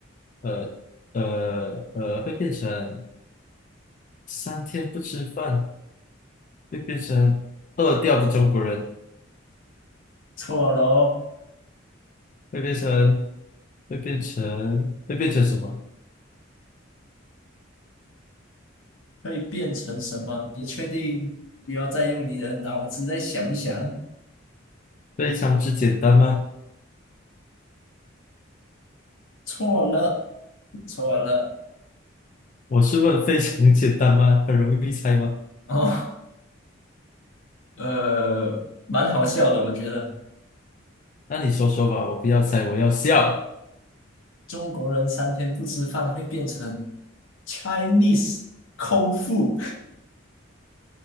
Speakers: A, on the left; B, on the left.
A: 呃呃呃，会变成三天不吃饭，会变成饿掉的中国人。
B: 错了哦，
A: 会变成会变成会变成什么？
B: 会变成什么？你确定不要再用你的脑子再想一想？
A: 非常之简单吗？
B: 错了，错了。
A: 我是问非常简单吗？很容易猜吗？
B: 哦，呃，蛮好笑的，我觉得。
A: 那你说说吧，我不要猜，我要笑。
B: 中国人三天不吃饭会变成 Chinese 空腹